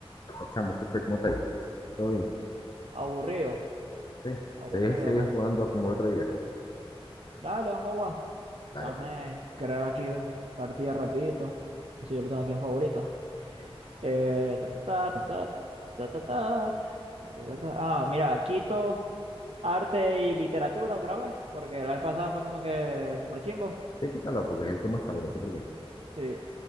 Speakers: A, on the left; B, on the right.
A: Pues, Chamo, ¿qué fue? ¿Cómo está ahí? ¿Todo bien?
B: Aburrido,
A: Sí.
B: aburrido,
A: ¿Querés seguir
B: man.
A: jugando como el otro día?
B: Dale, vamos a jugar.
A: Dale,
B: Dame
A: pues.
B: crear aquí eh, partida rapidito. Que si yo lo tengo aquí en favorito. Eh, ta, ta, ta, ta, ta, ta, ta, ta, ta, ta, ta. Ah, mira, quito arte y literatura otra vez. Porque la vez pasada fue como que super chimbo.
A: Sí, quítalo, porque es el que más sabe, no sé por qué.
B: Sí.